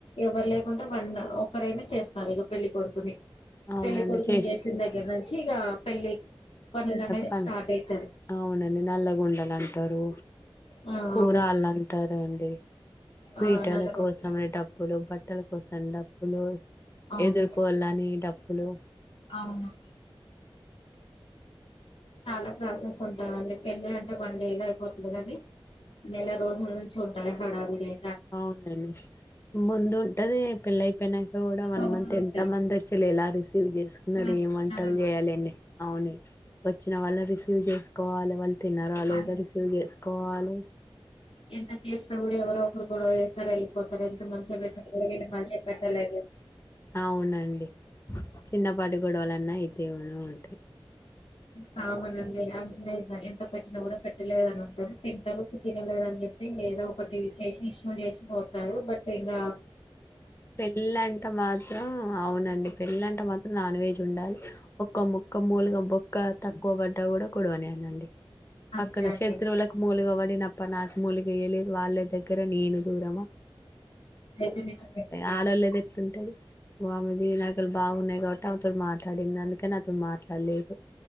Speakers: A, on the left; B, on the left.
A: ఎవరు లేకుంటే వన్ ఒకరైనా చేస్తారు ఇగ పెళ్లి కొడుకుని
B: అవునండి
A: పెళ్లి కొడుకుని
B: చేసి
A: చేసిన దగ్గర నుంచి ఇగ పెళ్లి పనులు అనేది
B: పని
A: స్టార్ట్ అయితది
B: అవునండి నల్లగుొండలు అంటారు
A: ఆ
B: కూరళ్లు
A: అవును
B: అంటారు అండి పీటల
A: ఆ నల్లగొట్టు
B: కోసమే డప్పులు బట్టల కోసం డప్పులు
A: అవును
B: ఎదుర్కోవాలని డప్పులు
A: అవును చాలా ప్రాసెస్ ఉంటాందండి పెళ్ళి అంటే వన్ డే లఅయిపోతది కానీ నెల రోజుల నుంచి ఉంటది హడావిడై
B: అవునండి ముందు ఉంటది పెళ్ళై అయిపోయినా కూడా వన్
A: అవును
B: మంత్ ఎంత
A: ఉంటది
B: మంది వచ్చారు ఎలా రిసీవ్ చేసుకున్నారు
A: నష్టనర
B: ఎం వంటాలు చేయాలని అవును వచ్చిన వాళ్ళు న్ రిసీవ్ చేసుకోవాలి వాళ్ళు తిన్నార లేదో
A: అవును
B: రిసీవ్ చేస్ కోవాలే
A: ఎంత చేసిన కూడా ఎవరో ఒకరు గొడవ చేస్తారేల్ పోతార్ ఎంత మంచిగా పెట్టిన వీళ్ళు మంచిగా పెట్టలేదని
B: అ అవునండి చిన్నపాటి గొడవలన్ని అయితేనే ఉంటై
A: కామనండి అంచనేస్తారు నఎంత పెట్టినా కూడా పెట్టలేద అని అంటారు తింటారు తినలేదని చెప్ తె ఏదో
B: అవునండి
A: ఒకటి చేసి ఇష్యూ చేసి పోతారు బట్ ఇంగ
B: పెళ్ళంటే మాత్రం అవునం పెళ్ళి అంట మాత్రం నాన్ వెజ్ ఉండాలి ఒకక్క ముక్క మూలుగా బొక్క తక్కువ బడ్డ కూడా గొడవ వే నండి
A: అంతే
B: పక్కన
A: అండి
B: శత్రువులలకు మూలీగా పడిన అప్ప నాకు మూలిగా వెయలేదు వాళ్ళ దగ్గర నేను దూరమా
A: <unintelligible>
B: ఆడోలది ఎట్లుంటది ఆమెది నాగలు బాగున్నాయి కాబట్టి అతోడు మాట్లాడింది అందుకని నాతోటి మాట్లాడలేదు